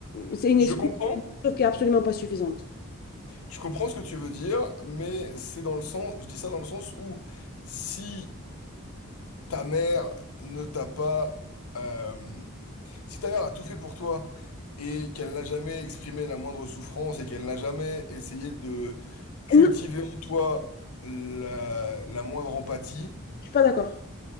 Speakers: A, on the left; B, on the left.
A: C'est une
B: Je
A: excuse
B: comprends.
A: qui est absolument pas suffisante.
B: Je comprends ce que tu veux dire, mais c'est dans le sens, je dis ça dans le sens où si ta mère ne t'a pas, euh, si ta mère a tout fait pour toi et qu'elle n'a jamais exprimé la moindre souffrance et qu'elle n'a jamais essayé de cultiver
A: Non,
B: en toi la, la moindre empathie,
A: Je suis pas d'accord.